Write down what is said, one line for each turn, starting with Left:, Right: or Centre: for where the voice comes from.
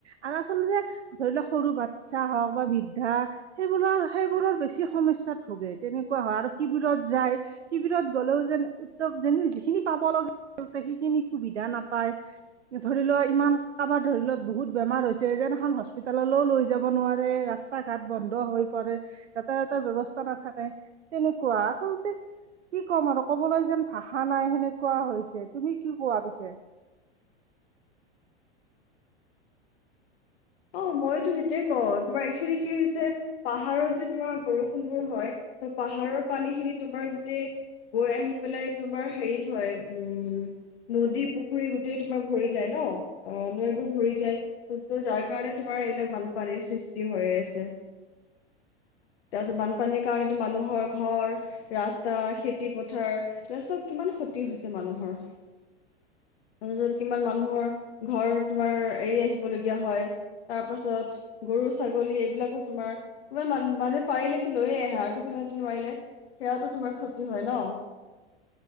Right: আৰু আচলতে ধৰি লওক সৰু বাচ্ছা হওক বা বৃদ্ধা সেইবোৰৰ সেইবোৰৰ বেছি সমস্যাত ভোগে তেনেকুৱা হয় আৰু শিবিৰত যায় শিবিৰত গলেও যেন উত্ত যেন যিখিনি পাব লগা আছে সেইখিনি সুবিধা নাপায় ধৰি লোৱা ইমান কাবাৰ ধৰি লোৱা বহুত বেমাৰ হৈছে যেনখন হস্পিতললৈও লৈ যাব নোৱাৰে ৰাস্ত স্তা ঘাট বন্ধ হৈ পৰে যাতায়াতৰ ব্যৱস্থা নাথাকে তেনেকুৱা আচলতে কি ক'ম আৰু কবলৈ যেন ভাষা নাই সেনেকুৱা হৈছে তুমি কি কোৱা পিছে
Left: অ মইতো সেইটোয়ে কও তোমাৰ একচুৱেলি কি হৈছে পাহাৰত যে তোমাৰ বৰষুণ বোৰ হয় ত পাহাৰৰ পানী খিনি তোমাৰ গোটেই গৈ আহি পেলাই তোমাৰ হেৰিত হয় উম নদী পুখুৰী গোটেই তোমাৰ ভৰি যায় ন অ নৈবোৰ ভৰি যায় <unintelligible> সেই কাৰণে তোমাৰ এইবিলাক বানপানীৰ সৃষ্টি হৈ আছে তাৰপিছত বানপানীৰ কাৰণেতো মানুহৰ ঘৰ ৰাস্তা খেতি পথাৰ এই চব কিমান ক্ষতি হৈছে মানুহৰ তাজত কিমান মানুহৰ ঘৰ তোমাৰ এৰি আহিবলগীয়া হয় তাপাছত গৰু ছাগলী এইবিলাকো তোমাৰ ইমান মান মানুহে পাৰিলেতো লৈয়ে আহে আৰু কিছুমানেটো নোৱাৰিলে সেয়াওটো তোমাৰ ক্ষতি হয় ন